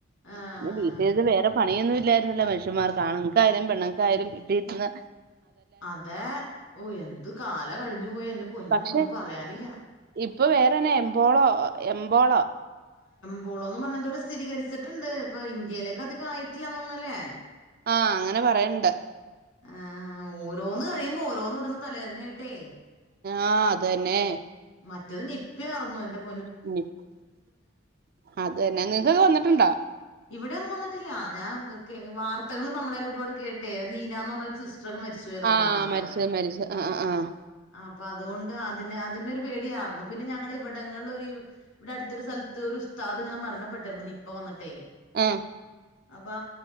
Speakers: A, on the left; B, on the right.
A: ആഹ്
B: പിന്ന വീട്ടിരുന്നു വേറെ പണിയൊന്നും <unintelligible> വിഷമം ആണുങ്ങൾക്കയാലും പെണ്ണുക്കായാലും വീട്ടി ഇരുന്ന്
A: അതെ ഓ എന്തു കാല കഴിഞ്ഞു പോയെ എൻ്റെ പൊന്നോ
B: പക്ഷെ
A: ഒന്നും പറയാനില്ല
B: ഇപ്പൊ വേറെന്ന എമ്പോളോ എമ്പോളോ
A: ഇപ്പോളോന്ന് പറഞ്ഞന്തൊരു സ്ഥിരീകരിച്ചിട്ടുണ്ട് ഇപ്പൊ ഇന്ത്യയിലേക്ക് അധികം ആയിട്ടില്ലന്ന് തോന്നല്ലേ
B: ആ അങ്ങനെ പറയണ്ട്
A: ആ ഓരോന്ന് കഴിയുമ്പോ ഓരോന്ന് വരുന്നു തലവേദനയായിട്ടേ
B: ആ അത് തന്നെ
A: മറ്റേത് നി <unintelligible>
B: <unintelligible> അതന്നെ നിങ്ങക്ക് വന്നിട്ടുണ്ടോ
A: ഇവിടെ ഒന്നും വന്നിട്ടില്ല ഞാൻ <unintelligible> വാർത്തകൾ നമ്മുടെൽ ഒരുപാട് കേട്ടെ ലീന എന്ന് പറഞ്ഞ സി സിസ്റ്റർ ഒക്കെ <unintelligible> മരിച്ചു പോയിരുന്നല്ലോ
B: ആഹ്
A: ഇന്നലിലൊക്കെ
B: മരിച്ചത് മരിച്ചത് ആഹ് ആഹ്
A: അപ്പൊ അതുകൊണ്ട് അതി അതിന്റെ ഒരു പേടിയായിരുന്നു പിന്നെ ഞങ്ങളുടെ ഇവിടങ്ങളിൽ ഒരു ഇവിടെ അടുത്തൊരു സ്ഥലത്ത് ഒരു ഉസ്താദ് ഇങ്ങനെ മരണപ്പെട്ടായിരുന്നു നിപ്പ വന്നിട്ടേ
B: എ
A: അപ്പൊ